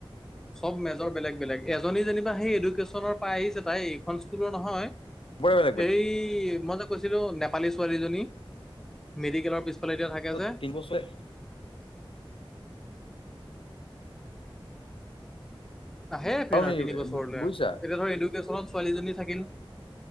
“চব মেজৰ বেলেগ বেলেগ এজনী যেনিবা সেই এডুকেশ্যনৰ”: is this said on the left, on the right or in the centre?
Centre